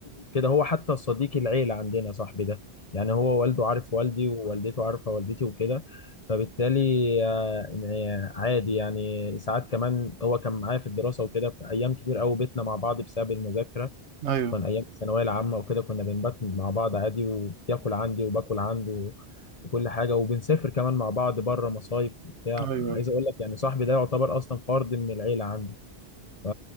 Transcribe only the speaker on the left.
وكده هو حتى صديق العيله عندنا صاحبي ده يعني هو والده عارف والدي ووالدته عارفه والدتي وكده فبالتالي آه، إن- عادي يعني ساعات كمان هو كان معايا في الدراسه وكده في ايام كتير قوي بيتنا مع بعض بسبب المذاكره
كان ايام الثانويه العامه وكده كنا بنبات مع بعض عادي وبياكل عندي وباكل عنده وكل حاجه وبنسافر كمان مع بعض بره مصايف وبتاع
عايز
اقول لك يعني صاحبي ده يعتبر اصلا فرد من العيله عندي ف-